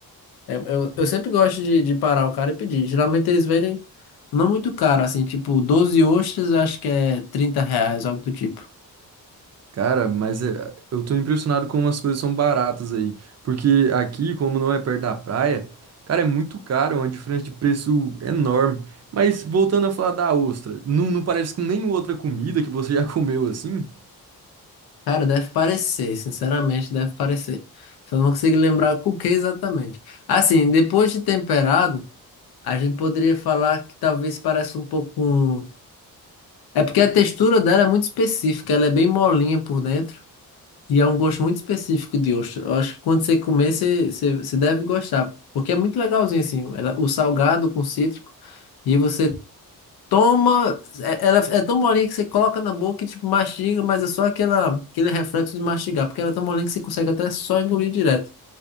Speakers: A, on the left; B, on the right.
A: É, eu, eu sempre gosto de, de parar o cara e pedir. Geralmente eles vendem não muito caro, assim, tipo, 12 ostras, acho que é 30 reais, algo do tipo.
B: Cara, mas é- eu tô impressionado como as coisas são baratas aí. Porque aqui, como não é perto da praia, cara, é muito caro, é uma diferença de preço enorme. Mas voltando a falar da ostra, não, não parece com nenhuma outra comida que você já <laughs> comeu assim?
A: Cara, deve parecer, sinceramente, deve parecer. Só não consigo lembrar com o que exatamente. Assim, depois de temperado, a gente poderia falar que talvez pareça um pouco um... É porque a textura dela é muito específica, ela é bem molinha por dentro. E é um gosto muito específico de ostra. Eu acho que quando você comer, você, você, você deve gostar. Porque é muito legalzinho, assim. Ela- o salgado com cítrico. E você toma. é- Ela é tão molinha que você coloca na boca e tipo, mastiga, mas é só aquela, aquele reflexo de mastigar. Porque ela é tão molinha que você consegue até só engolir direto.